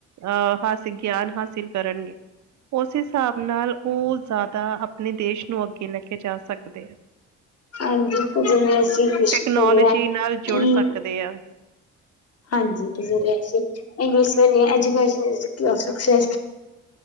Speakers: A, on the right; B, on the left.
A: ਅਹ ਹਾਸੇਲ, ਗੇਆਨ ਹਾਸੇਲ ਕਰਨਗੇ। ਓਸ ਹੇਸਾਬ ਨਾਲ, ਓ ਜਾਦਾ ਆਪਨੇ ਦੇਸ਼ ਨੂੰ ਅੱਗੇ ਲੈ ਕੇ ਜਾ ਸਕਦੇ ਐ।
B: ਹਾਂਜੀ ਤੇ ਜਿਵੇਂ ਅਸੀਂ ਵਿਸ਼
A: ਟੈਕਨੋਲਜੀ
B: ਕਹਿੰਦੇ ਹਾਂ
A: ਨਾਲ ਜੁੜ
B: ਕਿ
A: ਸਕਦੇ ਐ।
B: ਹਾਂਜੀ, ਕੀ ਹੋਏਆ ਸੀ? <unintelligible> ਜਿਵੇਂ ਸਿਕਸ਼ਾ